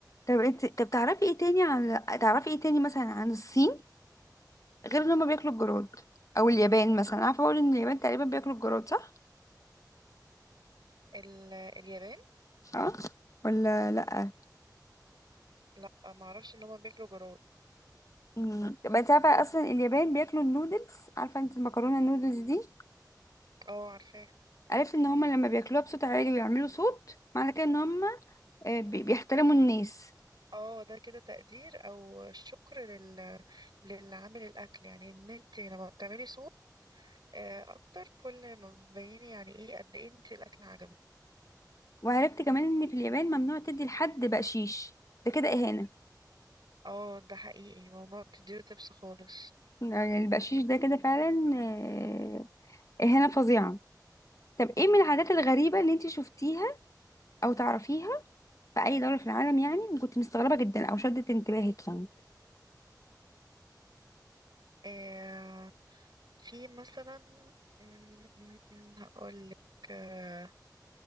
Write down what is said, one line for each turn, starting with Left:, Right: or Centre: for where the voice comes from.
Left: طب انت طب تعرفي ايه تاني عن تعرفي ايه تاني مثلا عن الصين غير ان هما بياكلوا الجراد او اليابان مثلا عارفه اقول ان اليابان تقريبا بياكلوا الجراد صح
Right: ال- اليابان
Left: اه ولا لا
Right: لا ما اعرفش ان هم بياكلوا جراد
Left: امم يبقى انت عارفه اصلا اليابان بياكلوا النودلز عارفه انت المكرونه النودلز دي
Right: اه عارفاها
Left: عرفت ان هما لما بياكلوها بصوت عالي ويعملوا صوت معنى كده ان هما آه، بي- بيحترموا الناس
Right: اه ده كده تقدير او شكر لل... للعامل الاكل يعني ان انت لما بتعملي صوت آه، اكتر كل ما بتبيني يعني ايه قد ايه انت الاكل عجبك
Left: وعرفت كمان ان في اليابان ممنوع تدي لحد بقشيش ده كده اهانه
Right: اه ده حقيقي موضوع بتديله تبس خالص
Left: يعني البقشيش ده كده فعلا آه، اهانه فظيعه طب ايه من العادات الغريبه اللي انت شفتيها او تعرفيها في اي دوله في العالم يعني وكنت مستغربه جدا او شدت انتباهك يعني
Right: آه في مثلا م- م- م- هقولك آه